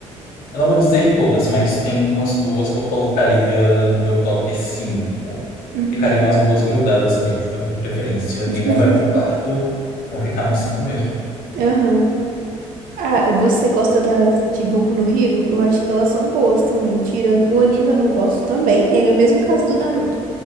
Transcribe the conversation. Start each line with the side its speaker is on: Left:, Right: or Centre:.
Left: Eu não vou dizer todas, mas tem umas duas que eu colocaria no meu top 5.
Right: Uhum.
Left: Ficariam as duas grudadas ali, porque eu não tenho preferência. Nenhuma
Right: <laughs>
Left: vai pro quarto, vão ficar no cinco mesmo.
Right: Aham. Ah, você gosta das de Boku no Hero? Eu acho que elas são boas também. Tirando o anime, eu não gosto também. É o mesmo caso do Naruto.